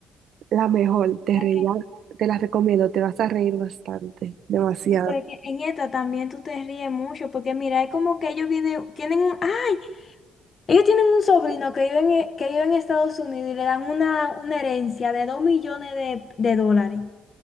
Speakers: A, on the right; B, on the left.
A: La mejor, te
B: ¿La
A: reía,
B: qué?
A: te la recomiendo, te vas a reír bastante, demasiado.
B: No, Pero es que en esta también tú te ríes mucho, porque mira, es como que ellos vienen, tienen un, ay, ellos tienen un sobrino que vive en, e- que vive en Estados Unidos y le dan una, una herencia de dos millones de, de dólares